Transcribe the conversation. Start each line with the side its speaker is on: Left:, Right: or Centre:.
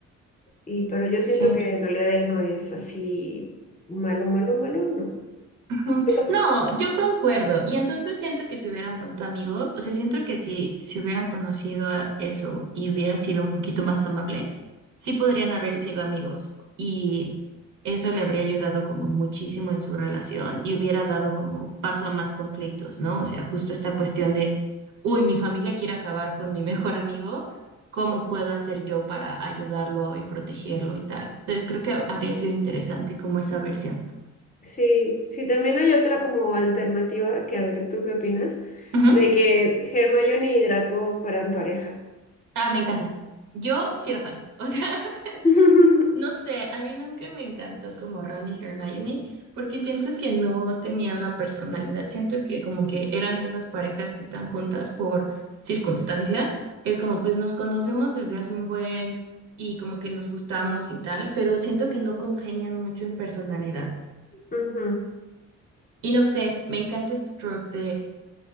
Left: Y, pero yo siento
Right: sí.
Left: que en realidad él no es así malo, malo, malo, no.
Right: Mm,
Left: Tu papá
Right: No,
Left: sí.
Right: yo concuerdo. Y entonces siento que se hubieran vuelto amigos, o sea, siento que si se hubieran conocido a eso y hubiera sido un poquito más amable, sí podrían haber sido amigos. Y eso le habría ayudado como muchísimo en su relación y hubiera dado como paso a más conflictos, ¿no? O sea, justo esta cuestión de, uy, mi familia quiere acabar con mi mejor amigo, ¿cómo puedo hacer yo para ayudarlo y protegerlo y tal? Entonces creo que habría sido interesante como esa versión.
Left: Sí, sí, también hay otra como alternativa, que a ver, ¿tú qué opinas?
Right: Ujú.
Left: De que Hermione y Draco fueran pareja.
Right: Ah, me encanta. Yo sí era fan. O sea, <laughs>
Left: <laughs>
Right: no sé, a mí nunca me encantó como Ron y Hermione, porque siento que no tenían la personalidad. Siento que como que eran esas parejas que están juntas por circunstancia, que es como pues nos conocemos desde hace un buen y como que nos gustamos y tal, pero siento que no congenian mucho en personalidad.
Left: Ujú.
Right: Y no sé, me encanta este trope de